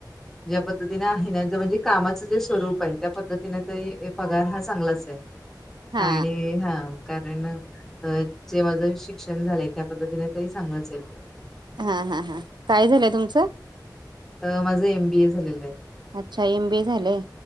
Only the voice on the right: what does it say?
हा
हा हा हां काय झालंय तुमचं?
अच्छा एम बी ए झालंय.